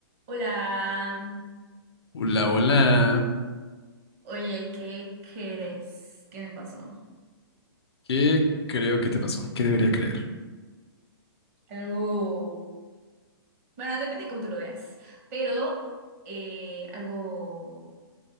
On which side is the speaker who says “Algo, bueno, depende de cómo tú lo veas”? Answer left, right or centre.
Right